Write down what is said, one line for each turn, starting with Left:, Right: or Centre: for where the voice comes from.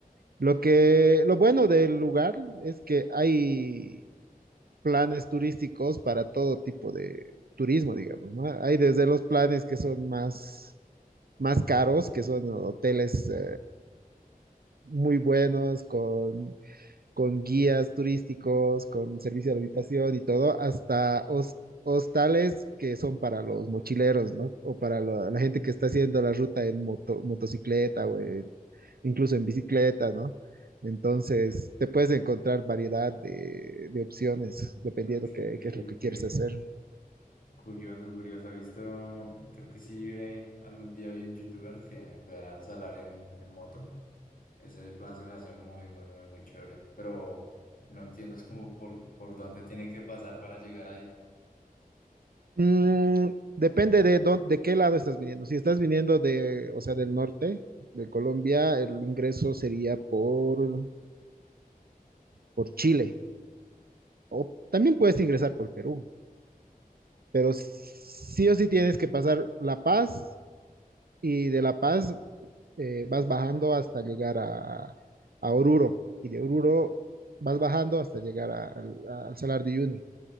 Right: lo que, lo bueno del lugar es que hay planes turísticos para todo tipo de turismo, digamos, ¿no? Hay desde los planes que son más, más caros, que son hoteles, eh, muy buenos, con con guías turísticos, con servicio de habitación y todo, hasta hos- hostales que son para los mochileros, ¿no? O para la, la gente que está haciendo la ruta en moto- motocicleta o en- incluso en bicicleta, ¿no? Entonces, te puedes encontrar variedad de, de opciones dependiendo
Left: Ok,
Right: qué, qué es lo
Left: ok.
Right: que quieres hacer.
Left: Curioso, curioso. He visto, creo que sí, vi- algún día vi un youtuber que fue al salar en, en moto. Ese plan se me hace muy, muy, muy, muy chévere. Pero no entiendo, es como por, por dónde tiene que pasar para llegar ahí.
Right: Mm, depende de dónde, de qué lado estás viniendo. Si estás viniendo de, o sea, del norte de Colombia, el ingreso sería por, por Chile. O también puedes ingresar por Perú, pero sí o sí tienes que pasar La Paz y de La Paz eh, vas bajando hasta llegar a, a Oruro y de Oruro vas bajando hasta llegar a- al al Salar de Uyuni.